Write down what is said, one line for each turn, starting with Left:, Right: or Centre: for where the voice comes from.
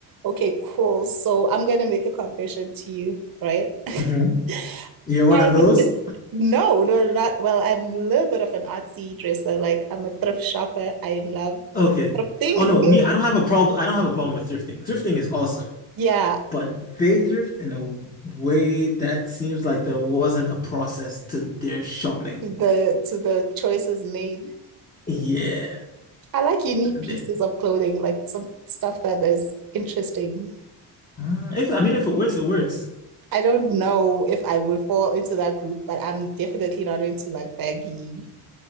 Right: Okay, cool. So I'm gonna make a confession to you, right? <laughs>
Left: Mhm. You're one
Right: I'm
Left: of those?
Right: a bit no, no, not well, I'm a little bit of an artsy dresser. Like I'm a thrift shopper. I love
Left: Okay.
Right: thrifting.
Left: Oh no,
Right: <laughs>
Left: me, I don't have a problem. I don't have a problem with thrifting. Thrifting is awesome,
Right: Yeah,
Left: but they thrift in a way that seems like there wasn't a process to their shopping.
Right: to the to the choices made.
Left: Yeah.
Right: I like unique
Left: They-
Right: pieces of clothing, like some stuff that is interesting.
Left: Mm, If I mean, if it works, it works.
Right: I don't know if I would fall into that group, but I'm definitely not into like baggy.